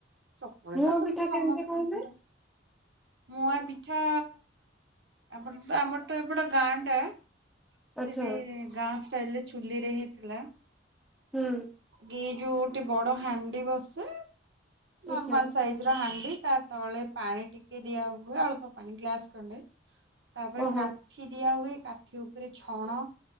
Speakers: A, on the right; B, in the centre.
A: ଚକୁଳେ
B: ମୁଆଁ
A: ତ ଶମୁ
B: ପିଠା
A: ସମସ୍ତଙ୍କର
B: କେମିତି କହିଲେ?
A: ମୁୂଆ ଛା ଆମର ତ ଆମର ତ ଏପଟେ ଗାଁଟା
B: ଆଚ୍ଛା
A: ସେଠି ଗାଁ <unintelligible> ଚୁଲିରେ ହେଇଥିଲା।
B: ହୁଁ
A: ଗେଜୁ ଗୋଟେ ବଡ ହାଣ୍ଡି ବସେ। ନର୍ମାଲ
B: ଆଚ୍ଛା
A: ସାଇଜ ର ହାଣ୍ଡି ତା ତଳେ ପାଣି ଟିକେ ଦିଆ ହୁଏ ଅଳ୍ପ ପାଣି ଗ୍ଲାସ ଖଣ୍ଡେ ତାପରେ
B: ଓହୋ
A: କାଠି ଦିଆ ହୁଏ କାଠି ଉପରେ ଛଣ